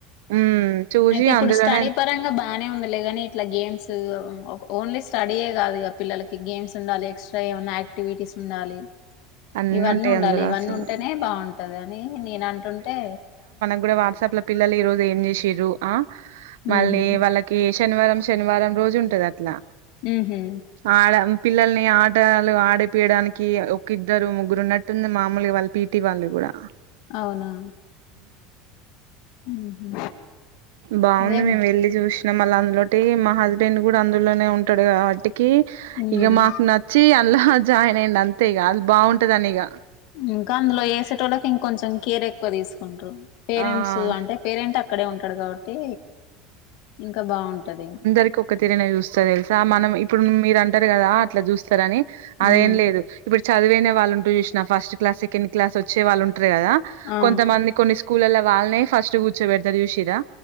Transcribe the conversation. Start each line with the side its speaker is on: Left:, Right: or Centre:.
Right: ఉమ్ చూసి
Left: అయితె ఇప్పుడు
Right: అందులోనే
Left: స్టడీ పరంగ బానే ఉందిలే గాని ఇట్ల గేమ్ సూ మ్ ఓన్లీ స్టడీయే కాదు గ పిల్లలకి గేమ్స్ ఉండాలి. ఎక్స్ట్రా ఏమైన్నా యాక్టివిటీస్ ఉండాలి.
Right: అన్ని
Left: ఇవన్ని
Right: ఉంటాయి
Left: ఉండాలి
Right: అందులో
Left: ఇవన్నీ
Right: అసలు
Left: ఉంటెనే బావుంటది అని నేనంటుంటే
Right: ఇప్పుడు వాట్సప్ లో పిల్లలు ఈరోజు ఏం చేసిర్రు ఆ మళ్లీ
Left: ఉహు
Right: వాళ్లకీ శనివారం శనివారం రోజు ఉంటది అట్లా
Left: ఉహు
Right: ఆడమ్ పిల్లల్నీ ఆటాలు ఆడిపియడానికి అదో కిద్దరూ, ముగ్గురు ఉన్నట్టుంది మామూలుగా వాళ్ళు పీటీ వాళ్ళు కూడా
Left: అవునా ఉహు
Right: బావుంది
Left: అదే
Right: మేమ్ వెళ్ళి చూష్ ఇంగ మళ్ళ అందులొటీ మా హస్బెండ్ కూడా అందులోనే ఉంటడు కదా టికీ
Left: ఉమ్
Right: ఇక మాక్ నచ్చీ అలా జాయిన్ అయ్యిండు అంతే గా అది బావుంటదిని ఇగ
Left: ఇంకా అందులో చేసేటోళ్ళకు ఇంకొంచెం కేర్ ఎక్కువ తీసుకుంటారు. పేరెంట్సూ
Right: ఆ
Left: అంటె పేరెంట్ అక్కడే ఉంటడు కాబట్టి ఇంకా బావుంటది.
Right: ఇంకొక తిరీనే చూస్తర్ తెలుసా మనం ఇప్పుడు మీరంటరు కదా అట్ల చూస్తరని అదేం
Left: ఉమ్
Right: లేదు ఇప్పుడు. చదివిన వాళ్ళుంటారు చూస్నవ ఫస్ట్ క్లాస్ సెకండ్ క్లాస్ వచ్చే వాళ్ళుంటరు కదా
Left: ఆ
Right: కొంతమంది కొన్ని. స్కూలల్లో వాల్నే ఫస్ట్ కూర్చోబెడతారు చూశింర్రా.